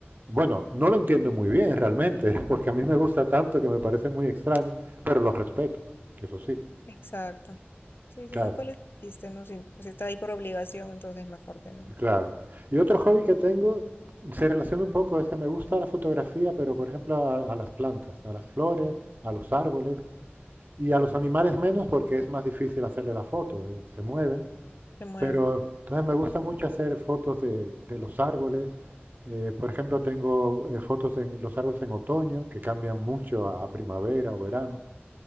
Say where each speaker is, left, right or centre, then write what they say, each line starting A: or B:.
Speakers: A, on the right; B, on the left.
A: bueno, no lo entiendo muy bien realmente, <laughs> porque a mí me gusta tanto que me parece muy extraño, pero lo respeto, eso sí,
B: exacto. Sí,
A: claro,
B: si no, ¿cuál es el chiste? No, si, si está ahí por obligación, entonces mejor que no
A: claro. Y otro hobby que tengo se relaciona un poco, es que me gusta la fotografía, pero por ejemplo a, a las plantas, a las flores, a los árboles. Y a los animales menos porque es más difícil hacerle la foto, eh, se mueven.
B: se mueven.
A: Pero entonces me gusta mucho hacer fotos de, de los árboles. Eh, por ejemplo, tengo eh, fotos de los árboles en otoño, que cambian mucho a, a primavera o verano.